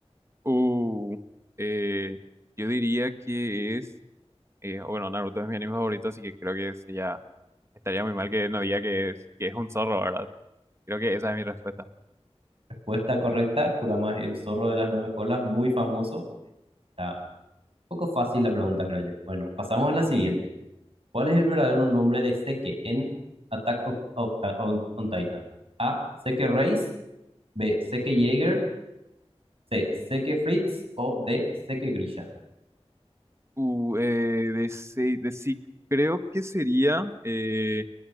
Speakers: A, on the right; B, on the right.
A: Uh, eh, yo diría que es, eh, bueno, Naruto es mi anime favorito, así que creo que sería, estaría muy mal que no diga que es, que es un zorro, ¿verdad? Creo que esa es mi respuesta.
B: Respuesta correcta. Kurama es el zorro de las nueve colas, muy famoso. Está un poco fácil la pregunta, creo yo. Bueno, pasamos a la siguiente. ¿Cuál es el verdadero nombre de Seke en Attack of- of- on, on Titan? A. Seke Reis. B. Seke Jaeger. C. Seke Fritz. O D. Seke Grisha.
A: Uh, eh, de, Se- de Sig, creo que sería eh,